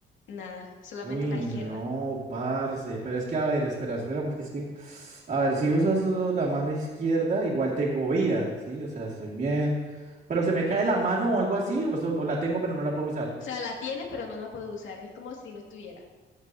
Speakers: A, on the left; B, on the right.
A: Nada, solamente
B: Uy,
A: la
B: no,
A: izquierda.
B: parce. Pero es que, a ver, espera, espera, porque es que, a ver, si uso solo la mano izquierda, igual tengo vida, ¿sí? O sea, estoy bien. Pero se me cae la mano o algo así, o, sol- o la tengo pero no la puedo usar.
A: O sea, la tienes, pero no la puedes usar. Es como si no estuviera.